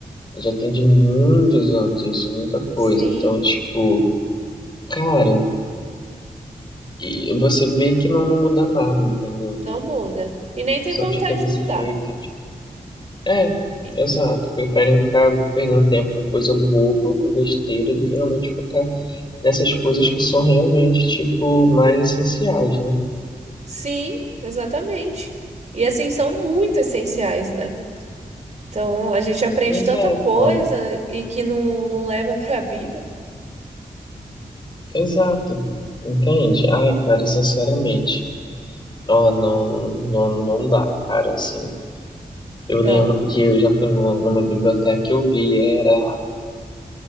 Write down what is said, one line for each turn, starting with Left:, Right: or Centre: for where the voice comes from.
Left: Já tem de muitos anos isso, muita coisa.
Right: Sim,
Left: Então, tipo, Cara, e você vê que não, não muda nada, entendeu?
Right: não muda. E nem tem
Left: Só
Right: vontade
Left: fica desse
Right: de mudar.
Left: jeito. e, tipo, é,
Right: E-
Left: exato. Preferem ficar perdendo tempo com coisa boba, com besteira, do que realmente focar nessas coisas que são realmente, tipo, mais essenciais, né?
Right: Sim, exatamente. E assim são muito essenciais, né? Então a gente aprende
Left: Mas
Right: tanta
Left: é,
Right: coisa
Left: cara,
Right: e que não, não leva para a vida.
Left: exato. Entende? Ai, cara, sinceramente, ó, não, não, não dá, cara, assim. Eu
Right: Não.
Left: lembro que eu já fui numa, numa biblioteca que eu vi, era.